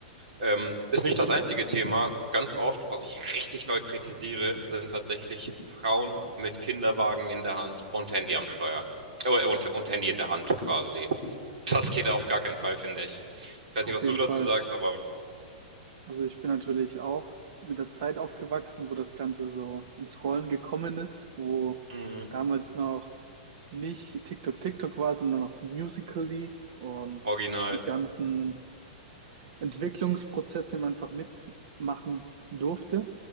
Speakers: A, on the right (about 80°); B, on the right (about 60°).
A: Ähm, ist nicht das einzige Thema. Ganz oft, was ich richtig doll kritisiere, sind tatsächlich Frauen mit Kinderwagen in der Hand und Handy am Steuer. Äh, und, und Handy in der Hand quasi. Das geht auf gar keinen Fall, finde ich. Ich weiß
B: Auf
A: nicht, was
B: jeden
A: du dazu
B: Fall.
A: sagst, aber
B: Also ich bin natürlich auch mit der Zeit aufgewachsen, wo das Ganze so ins Rollen gekommen ist, wo
A: mm,
B: damals noch nicht TikTok TikTok war, sondern noch Musical.ly und
A: original.
B: die ganzen Entwicklungsprozesse man einfach mitmachen durfte.